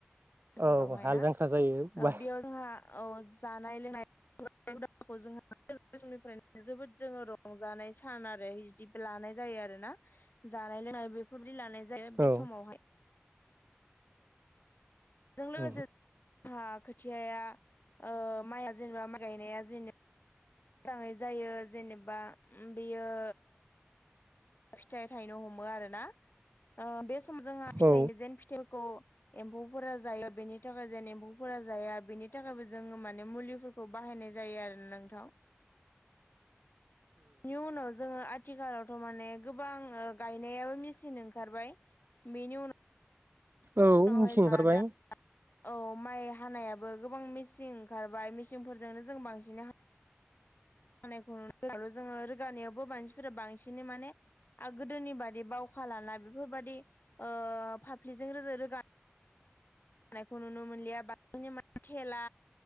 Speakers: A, on the left (about 50°); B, on the right (about 55°).
A: बिफोरावहाय
B: औ हाल
A: ना
B: जांख्रा जायो बा
A: बेयाव जोंहा औ जानाय लोंनाय <unintelligible> जोबोद जोङो रंजानाय सान आरो जिब लानाय जायो आरो ना जानाय लोंनाय बेफोरदि लानाय जायो बे
B: औ
A: समावहाय जों लोगोसे
B: औ
A: जोंहा खोथियाया ओ माइआ जेनेबा माइ गायनाया जेनेबा मोजाङै जायो जेनेबा ओम बेयो फिथाइ थायनो हमो आरो ना ओ बे समजोंहा फिथाइनि
B: औ
A: जेन फिथाइफोरखौ एम्फौफोरा जायो बेनि थाखाय जेन एम्फौफोरा जाया बेनि थाखायबो जोङो माने मुलिफोर खौ बाहायनाय जायो आरोना नोंथां नि उनाव जोङो आथिखालावथ' माने गोबां ओ गायनायाबो मेसिन ओंखारबाय बेनि उनाव
B: औ मिथिं
A: उनावहाय
B: ओंखारबाय
A: <unintelligible> औ माइ हानायाबो गोबां मेसिं ओंखारबाय मेसिंफोरजोंनो जों बांसिन हा नायखौ <unintelligible> जोङो रोगानायावबो मानसिफोरा बांसिनै माने आ गोदोनि बादि बावखा लाना बेफोरबायदि ओ फाफ्लिजों रोजो रोगा नायखौ नुनो मोनलिया बा थेला